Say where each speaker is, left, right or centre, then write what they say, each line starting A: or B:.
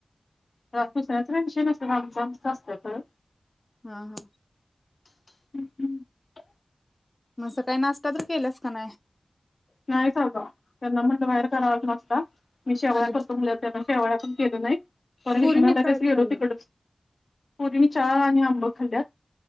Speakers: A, on the left (about 60°); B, on the left (about 25°).
A: त्यात दुसऱ्याचा के विषय नसत्यात आमच आमचंच असत्यात खर
B: हा हा.
A: <unintelligible> <inaudible>
B: मसं काही नाश्ता तर केल्यास का नाय.
A: नाही खालो त्यांना म्हणलं बाहेर कराव नास्ता. मी शेवाळा
B: आणि
A: करतो त्यांना शेवाळ्या पण केलं नाही पर <unintelligible>
B: पुरीनी काय खाल्लं
A: गेलो तिकडच. पुरीणी च्या आणि आंब खाल्ल्यात.